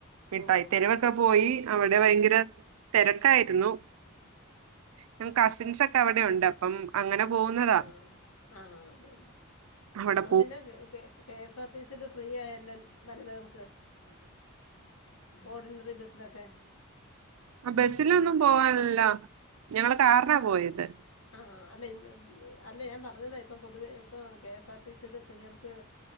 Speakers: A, on the right; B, on the left.
A: മിട്ടായിത്തെരുവൊക്കെ
B: ഓ ഹോ ഹോ
A: പോയി അവിടെ ഭയങ്കര തിരക്കായി എന്നോ ഞങ്ങ കാസിൻസൊക്കെ അവി ഉണ്ട് അപ്പം അങ്ങനെ പോകുന്നതാ
B: ആ ആ അതു തന്നെഇപ്പൊ
A: അവിടെ
B: പിന്നെ K. S. R. T. C. യിൽ ഫ്രീ ആയല്ലോ വനിതകൾ ഓർഡിനറി ബസ്സിലൊക്കെ
A: ബസിലൊന്നും പോവാനില്ല. ഞങ്ങള് കാറ്നാ പോയത്
B: ആഹ അല്ലെ അല്ല ഞാൻ പറഞ്ഞതിപ്പം പൊതുവെ ഇപ്പം കെ എസ് ആർ ടി സിയിൽ ഫ്രീ അവര്ക്ക്